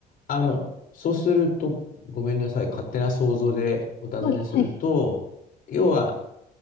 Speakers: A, on the left; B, on the left.
A: あの、そうすると、ごめんなさい、勝手な想像でお尋ねすると、
B: はい、はい
A: 要は、